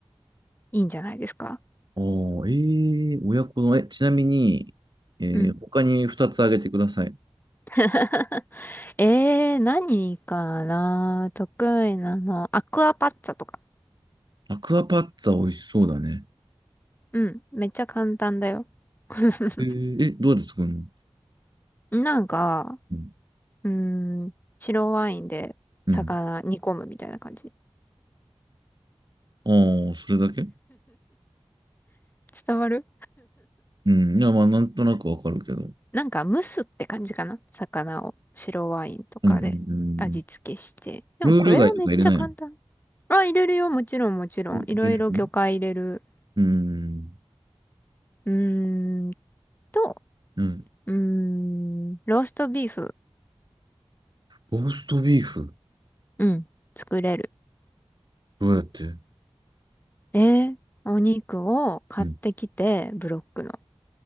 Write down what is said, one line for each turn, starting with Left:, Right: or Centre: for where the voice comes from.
Left: いいんじゃないですか
Right: ああー、ええー、親子の、え、ちなみに、えー他に2つあげてください。
Left: うん。<laughs> えー、何かな得意なの。アクアパッツァとか。
Right: アクアパッツァ美味しそうだね。
Left: うん。めっちゃ簡単だよ。<laughs>
Right: えー、え、どうやって作るの
Left: なんか、
Right: うん。
Left: うーん、白ワインで魚煮込むみたいな感じ。
Right: うん。ああ、それだけ
Left: 伝わる
Right: うん。いや、まあ、なんとなくわかるけど。うん。
Left: なんか蒸すって感じかな魚を白ワインとかで味付けして。
Right: うんうんうん
Left: でもこれはめっちゃ簡単。
Right: ルール外とか入れないの
Left: あ、入れるよ。もちろん、もちろん。
Right: う
Left: いろいろ魚介入れる。
Right: んうーん。
Left: うーんと、
Right: うん。
Left: うーん、ローストビーフ。
Right: ローストビーフ。
Left: うん、作れる。
Right: どうやって
Left: えお肉を買ってきて、
Right: うん。
Left: ブロックの。